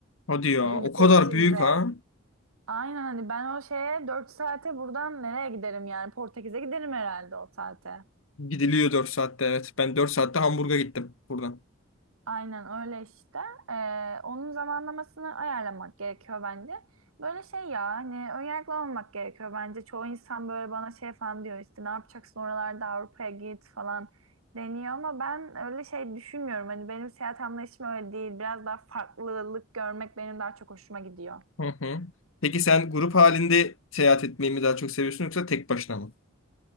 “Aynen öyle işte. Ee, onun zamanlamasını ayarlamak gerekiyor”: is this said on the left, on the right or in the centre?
Right